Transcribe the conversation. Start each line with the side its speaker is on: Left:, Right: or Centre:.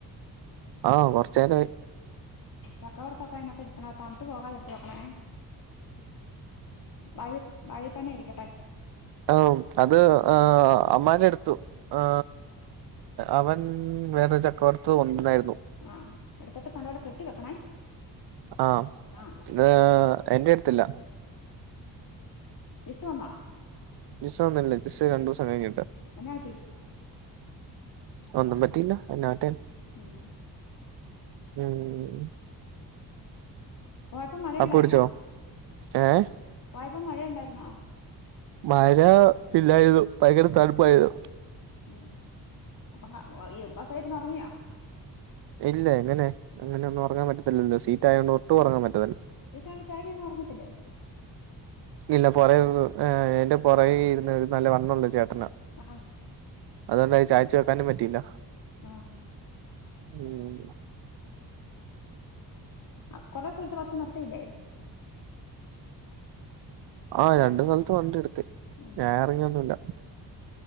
Right: ആഹ് കുറച്ച് നേരായി
Left: ചക്കവുറത്തൊക്കെ അതിനകത്ത് ഇപ്പണ തണു പോകാതെടുത്ത വോക്കണേ വാഴ വാഴ തന്നെയിരിക്കട്ടെ
Right: ആ അത് അമ്മാന്റെ എടുത്തു ആ.. അവൻ വേറെ ചക്കവരത്ത് കൊണ്ടന്നായിരുന്നു
Left: ആഹ് അടുത്തിട്ട് തലോല കെട്ടി വെക്കണേ
Right: ആ
Left: ആ
Right: ഇത് എന്റെ അടുത്തില്ല
Left: ജിസ വന്ന?
Right: ജിസ വന്നില്ല ജിസ്സ രണ്ടിസം കഴിഞ്ഞിട്ട്
Left: എന്നനാ പറ്റി?
Right: ഒന്നും പറ്റിയില്ല എന്നാ പറ്റേൻ.
Left: ഉം
Right: ഉം
Left: കുഴപ്പം മറയാണ്ടടാം
Right: അപ്പു കുടിച്ചോ ഏഹ്
Left: പഴ അ മഴയുണ്ടായിരുന്നോ?
Right: മഴ ഇല്ലായിരുന്നു ഭയങ്കര തണുപ്പായിരുന്നു.
Left: ഉം അപ്പം ബസ്സേയിരുന്നു ഉറങ്ങിയാ?
Right: ഇല്ല എങ്ങനെ അങ്ങനെ ഒന്നും ഉറങ്ങാൻ പറ്റത്തില്ലല്ലോ സീറ്റായത കൊണ്ട് ഒട്ടും ഉറങ്ങാൻ പറ്റില്ല
Left: സീറ്റയോണ്ട് ചാരിൊന്നും ഉറങ്ങത്തില്ലേ?
Right: ഇല്ല പുറേ എന്റെ പുറേ ഇരുന്ന ഒരു നല്ല വണ്ണം ഉള്ള ചേട്ടനാ
Left: ആഹ്
Right: അതൊന്ന ചായച്ചു വെക്കാനും പറ്റിയില്ല
Left: ആ
Right: ഉം
Left: ആ കൊറെ സ്ഥലത്ത് ബസ് നിർത്തിയില്ലേ?
Right: ആ രണ്ടു സ്ഥലത്ത് വണ്ടി നിർത്തി
Left: ഉം
Right: ഞാൻ ഇറങ്ങിയൊന്നുമല്ല